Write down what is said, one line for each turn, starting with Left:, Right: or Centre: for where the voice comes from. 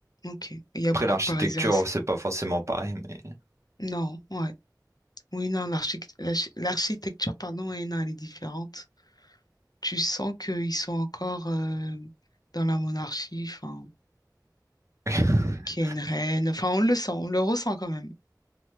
Left: ok. Il y a
Right: Après,
Left: beaucoup
Right: l'architecture,
Left: de Parisiens aussi.
Right: c'est pas forcément pareil, mais
Left: Non, ouais. Oui, non, l'archic- l'archi- l'architecture, pardon, ouais, non, elle est différente. Tu sens qu'ils sont encore euh, dans la monarchie, enfin,
Right: <laughs>
Left: qu'il y a une reine. Enfin, on le sent, on le ressent quand même.